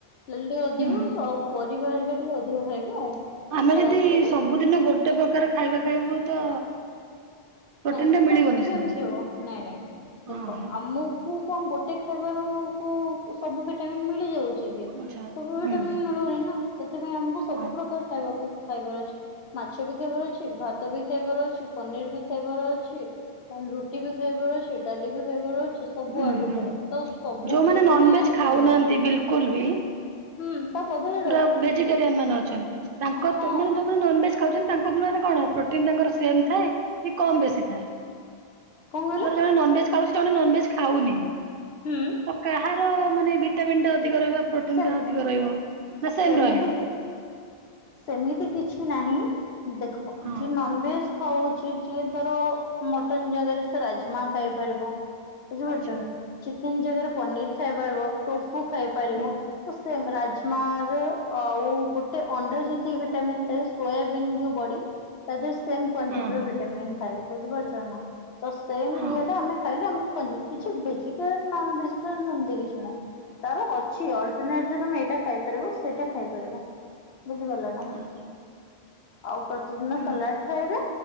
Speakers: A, on the left (about 75°); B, on the right (about 60°).
A: ଡାଲି ଟିକେ ଅଧିକ
B: ହୁଁ ହୁଁ
A: ସବ ପରିବା ଘରିକା ଟିକେ ଅଧିକ ଖାଇବ ଆଉ ଆଉ
B: ଆମେ ଯଦି
A: ରାତିରେ
B: ସବୁଦିନ ଗୋଟେ ପ୍ରକାର ଖାଇବା ଖାଇବୁ ତ ପ୍ରୋଟିନ
A: ନାଇଁ
B: ଟା
A: ସେଇଟା
B: ମିଳିବନି ସେ
A: କେମତି
B: ଅନୁସାରେ
A: ହବ ନାଇଁ ନାଇଁ
B: ହଁ
A: ଦେଖ
B: ହଁ
A: ଆମକୁ କଣ ଗୋଟେ ଖାଇବାରୁ କୁ ସବୁ ଭିଟାମିନ୍ ମିଳିଯାଉଛି କି
B: ଆଚ୍ଛା
A: ସବୁ ଭିଟାମିନ୍
B: ହୁଁ
A: ମିଳୁନି ନା ସେଥିପାଇଁ ଆମକୁ ସବୁ
B: ହଁ
A: ପ୍ରକାର ଖାଇବାକୁ ଖାଇବାର ଅଛି! ମାଛ ବି ଖାଇବାର ଅଛି ଭାତ ବି ଖାଇବାର ଅଛି ପନିର ବି ଖାଇବାର ଅଛି ଦେନ୍ ରୁଟି ବି ଖାଇବାର ଅଛି ଡାଲି ବି ଖାଇବାର ଅଛି ସବୁ
B: ଉଁ
A: ଆଡୁ
B: ହୁଁ
A: ଖାଇବା ତ ସବୁଥିରୁ
B: ଯୋଉମାନେ ନନଭେଜ
A: ହିଁ ଆମକୁ
B: ଖାଉନାହାନ୍ତି
A: ମିଳୁଛି।
B: ବିଲକୁଲ ବି
A: ହୁଁ ତା ବଦଳ
B: ପୁରା ଭେଜିଟେରିଆନ ମାନେ ଅଛନ୍ତି ତାଙ୍କ
A: ହଁ
B: ତ ମାନେ ଯୋଉ ମାନେ ନନଭେଜ ଖାଉଛନ୍ତି ତାଙ୍କ ମାନେ କଣ ପ୍ରୋଟିନ ତାଙ୍କର ସେମ୍ ଥାଏ କି କମ ବେଶୀ ଥାଏ?
A: କଣ କହିଲ
B: ଧର ଜଣେ ନନଭେଜ ଖାଉଛି ଜଣେ ନନଭେଜ ଖାଉନି
A: ହୁଁ
B: ତ କାହାର ମାନେ ଭିଟାମିନ୍ ଟା ଅଧିକ ରହିବ ଆଉ ପ୍ରୋଟିନ
A: ସେ
B: ଟା ଅଧିକ ରହିବ? ନା ସେମ
A: ସେମିତି
B: ରହେ
A: ସେମିତି କିଛି ନାହିଁ ଦେଖ
B: ହଁ
A: ଯେ ନନଭେଜ ଖାଉଛି ଯିଏ ଧର ମଟନ ଜାଗାରେ ସେ ରାଜମା ଖାଇପାରିବ- ବୁଝିପାରୁଛନ୍ତିନା
B: ଆଚ୍ଛା
A: ଚିକେନ ଜାଗାରେ ପନିର ଖାଇପାରିବ ଟୋଫୁ ଖାଇପାରିବ
B: ହୁଁ
A: ସେମ୍ ରାଜମାରେ ଆଉ ଗୋଟେ ଅଣ୍ଡା ଯେତିକି ଭିଟାମନ୍ ଥାଏ ସୋୟାବିନ୍ ଯୋଉ ବଢ଼ି- ତା ଦେହରେ ସେମ୍ କ୍ଵାଣ୍ଟିଟିର
B: ହଁ ହଁ
A: ଭିଟାମିନ୍ ଥାଏ ବୁଝିପାରୁଛନ୍ତିନା ତ ସେମ
B: ହଁ
A: ଇଏ ଟା ଆମେ ଖାଇଲେ ଆମକୁ କିଛି ଭେଜିଟେରିଆନ ନନଭେଜିଟରିଆନ ସେମତି କିଛି ନାହିଁ ତାର ଅଛି ଅଲ୍ ଯେ ତମେ ଏଇଟା ଖାଇପାରିବ ସେଇଟା ଖାଇପାରିବ ବୁଝିପାରିଲ ନା
B: ଆଜ୍ଞା
A: ଆଉ ପ୍ରତିଦିନ
B: ହୁଁ
A: ସାଲାଡ ଖାଇବେ